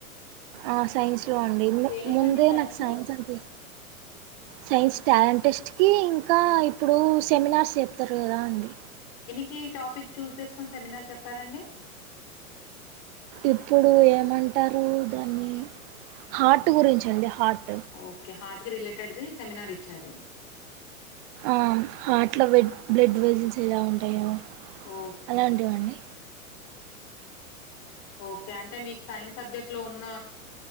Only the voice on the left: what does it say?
దేనికండి
లో
కి టాపిక్ చూస్ చేసుకుని సెమినార్ చెప్పారండి.
ఓకే హార్ట్ కి రిలేటెడ్ దే సెమినార్ ఇచ్చారు.
ఓకే
ఓకే అంటే మీకు సైన్స్ సబ్జెక్ట్ లో ఉన్న